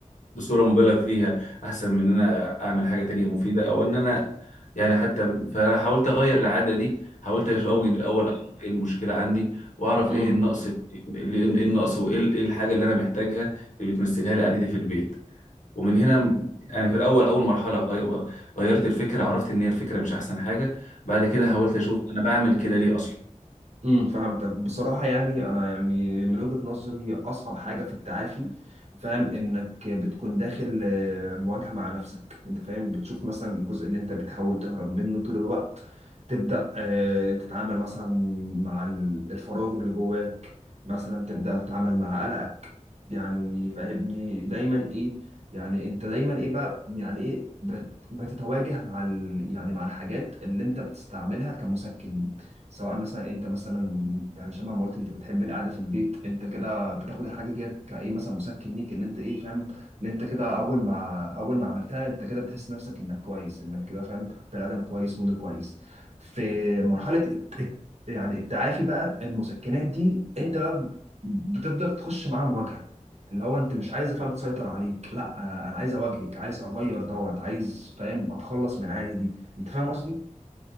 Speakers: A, on the left; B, on the right.
A: بصوره مبالغ فيها احسن من ان انا اعمل حاجه تانية مفيده او ان انا يعني حتى فانا حاولت اغير العاده دي حاولت اوجد
B: مم.
A: الاول أعرف ايه المشكله عندي واعرف
B: مم.
A: ايه النقص اللي- ايه النقص وايه ال- ايه الحاجه اللي انا محتاجها اللي بتمثلها لي قعدتي في البيت ومن هنا م- انا في الاول اول مرحله غي- غيرت الفكره عرفت ان هي الفكره مش احسن حاجه بعد كده
B: مم.
A: حاولت اشوف انا بعمل كده ليه اصلا
B: امم فهمتك بصراحة يعني أنا يعني من وجهة نظري أصعب حاجة في التعافي فاهم إنك بتكون داخل آه، مواجهة مع نفسك أنت فاهم بتشوف مثلا الجزء اللي أنت بتحاول تهرب منه طول الوقت تبدأ آه، تتعامل مثلا مع ال- الفراغ اللي جواك مثلا تبدأ تتعامل مع قلقك يعني فاهمني دايما إيه يعني أنت دايما إيه بقى يعني إيه بت- بتتواجه مع ال يعني مع الحاجات اللي أنت بتستعملها كمسكن سواء مثلا انت مثلا يعني شبه ما قلت انت بتحب القعده في البيت انت كده بتاخد الحاجه ديت كايه مثلا مسكن ليك ان انت ايه فاهم ان انت كده اول ما اول ما عملتها انت كده بتحس نفسك انك كويس انك كده فاهم بني ادم كويس موديل كويس في مرحله الت- يعني التعافي بقى المسكنات دي انت بقى بتفضل تخش معاها مواجهه اللي هو انت مش عايز فاهم تسيطر عليك لا آه، انا عايز اواجهك عايز اغير دوت عايز فاهم اتخلص من العاده دي انت فاهم قصدي؟